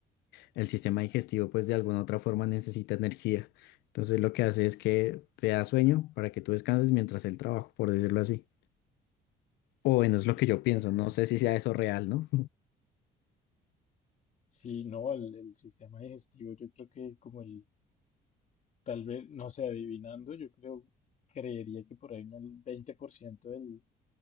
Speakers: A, on the left; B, on the left.
A: el sistema digestivo pues de alguna otra forma necesita energía. Entonces lo que hace es que te da sueño para que tú descanses mientras el trabajo, por decirlo así. O bueno, es
B: Sí,
A: lo que yo
B: exactamente.
A: pienso, no sé si sea eso real, ¿no?
B: Sí, no, el, el sistema digestivo, yo creo que como el, tal vez, no sé, adivinando, yo creo, creería que por ahí en el 20% del,